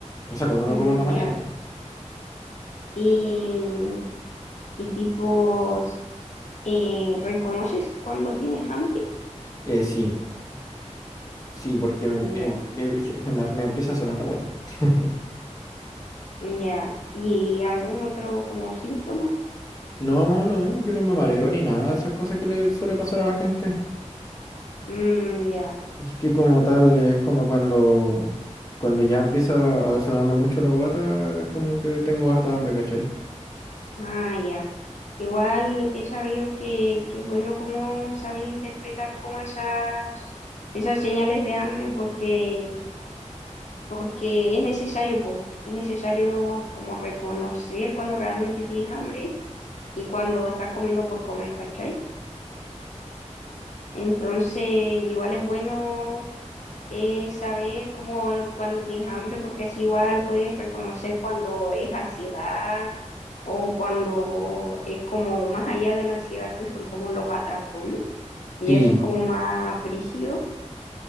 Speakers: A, on the left (about 30°); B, on the left (about 70°).
A: O sea, cuando no
B: Mm,
A: como en la mañana,
B: ya.
A: pues.
B: Y, y tipo, eh, ¿reconoces cuando tienes hambre?
A: Eh, sí, sí, porque me,
B: Ya,
A: empie- me, me- me empieza a sonar la guata. <laughs>
B: ya. ¿Y algún otro como síntoma?
A: No, no, yo no me mareo ni nada de esas cosas que le suele pasar a la gente.
B: Mm, ya.
A: Así que como tal, es como cuando, cuando ya empieza a sonarme mucho la guata, es como que tengo harta hambre, ¿cachai?
B: Ah, ya. Igual he sabido que, que es bueno como saber interpretar como esas, esas señales de hambre porque, porque es necesario, po. Es necesario como reconocer cuando realmente tienes hambre y cuando estás comiendo por comer, ¿cachai? Entonces, igual es bueno. eh, saber cómo cuando tienes hambre, porque así igual puedes reconocer cuando es ansiedad o cuando es como más allá de la ansiedad que son como los atracones y
A: Sí,
B: eso es como más frígido.